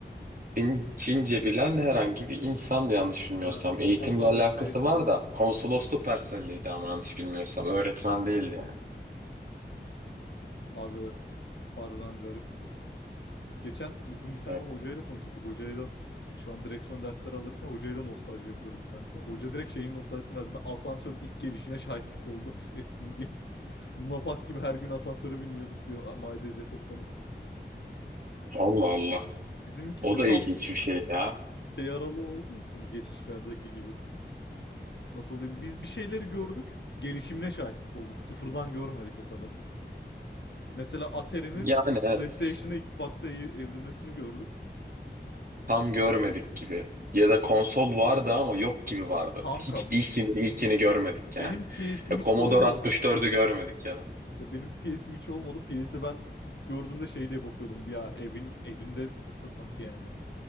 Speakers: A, on the right (about 50°); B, on the left (about 75°).
A: Çin, Çince bilen herhangi bir insan yanlış bilmiyorsam.
B: Ha,
A: Eğitimle
B: o tarz
A: alakası
B: bir şeydi
A: var
B: aynı.
A: da konsolosluk personeliydi ama yanlış bilmiyorsam. Öğretmen değildi yani.
B: Abi harbiden garipti. Geçen bizim bir tane
A: Evet.
B: hocayla konuştuk. Hocayla şu an direksiyon dersleri alırken hocayla nostalji yapıyordum kanka. Hoca direkt şeyin nostaljisini verdi. Ben asansörün ilk gelişine şahitlik oldu <laughs> ettim diyor. Luna Park gibi her gün asansöre biniyorduk diyor ailece toplanıp.
A: Allah Allah.
B: Bizimkisi
A: O da
B: tam
A: ilginç bir şey ya.
B: şey aralığı olduğu için geçişlerdeki gibi. Nasıl diyeyim? Biz bir şeyleri gördük. Gelişimine şahitlik olduk. Sıfırdan görmedik o kadar. Mesela Atari'nin
A: Yani evet.
B: PlayStation'a Xbox'a ev- evrilmesini gördük.
A: Tam görmedik gibi. Ya da konsol vardı ama yok gibi vardı.
B: Kanka
A: Hiç ilkini ilkini görmedik yani.
B: benim PS'im
A: Ya
B: hiç
A: Commodore
B: olmadı.
A: 64'ü görmedik ya da.
B: Ya benim PS'im hiç olmadı. PS'i ben ilk gördüğümde şey diye bakıyordum. Ya evin elinde nasıl nasıl yani?